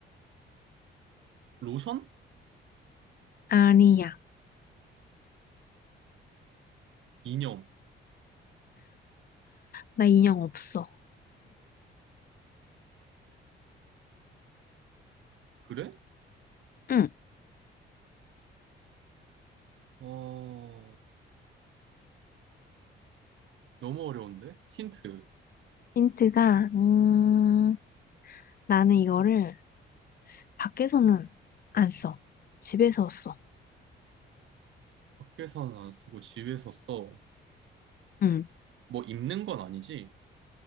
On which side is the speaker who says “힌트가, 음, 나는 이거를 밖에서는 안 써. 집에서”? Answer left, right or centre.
Left